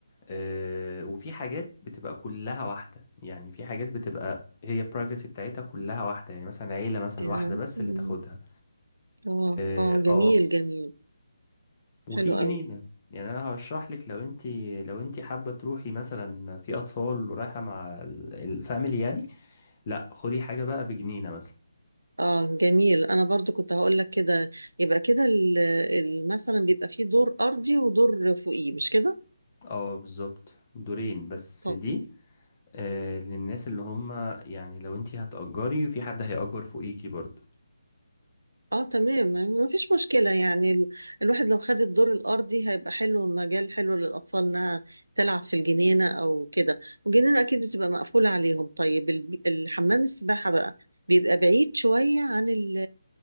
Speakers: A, on the left; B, on the right.
A: آه، وفي حاجات بتبقى كلها واحدة يعني في حاجات بتبقى هي البرايفسي بتاعتها كلها واحدة يعني مثلا عيلة مثلا
B: اه
A: واحدة بس اللي تاخدها
B: اه
A: اه
B: آه، جميل
A: آه،
B: جميل
A: وفي
B: حلو
A: جنينة
B: قوي
A: يعني انا هشرح لك لو انت لو انت حابة تروحي مثلا في اطفال ورايحة مع ال- الفاميلي يعني لا خدي حاجة بقى بجنينة مثلا
B: اه جميل انا برضو كنت هقول لك كده يبقى كده ال- ال- مثلا بيبقى فيه دور ارضي ودور فوقيه مش كده
A: اه بالظبط دورين بس
B: طب
A: دي آه للناس اللي هم يعني لو انت هتأجري وفي حد هيأجر فوقيكي برضو
B: اه تمام ما فيش مشكلة يعني ال- الواحد لو خد الدور الارضي هيبقى حلو مجال حلو للاطفال انها تلعب في الجنينة او كده والجنينة اكيد بتبقى مقفولة عليهم طيب الب- الحمام السباحة بقى بيبقى بعيد شوية عن ال